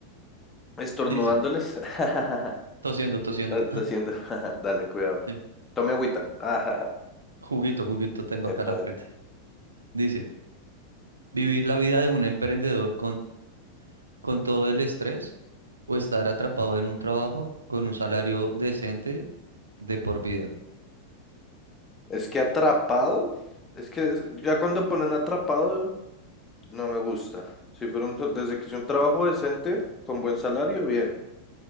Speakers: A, on the left; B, on the right.
A: Estornudándoles.
B: Dice,
A: <laughs>
B: tosiendo, tosiendo.
A: Ah, Tosiendo. <laughs> Dale, cuidado.
B: Sí.
A: Tome agüita. <laughs> Epa,
B: Juguito, juguito tengo
A: epa.
B: acá a la frente. Dice, ¿vivir la vida de un emprendedor con, con todo el estrés o estar atrapado en un trabajo con un salario decente de por vida?
A: Es que atrapado. Es que es- ya cuando ponen atrapado, no me gusta. Si fuera un, desde que sea un trabajo decente, con buen salario, bien.